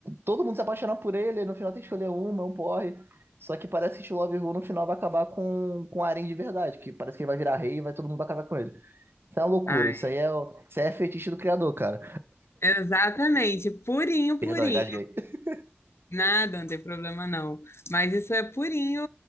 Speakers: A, on the right; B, on the left.
A: Todo mundo se apaixona por ele, no final tem que escolher uma, é um porre. Só que parece que To Love Who no final vai acabar com, com harém de verdade, que parece que ele vai virar rei e vai todo mundo vai casar com ele. Isso é uma loucura.
B: Ai,
A: Isso aí é, o- isso aí é fetiche do criador, cara.
B: exatamente. Purinho,
A: Perdão,
B: purinho.
A: engasguei. <laughs>
B: Nada, não tem problema não. Mas isso é purinho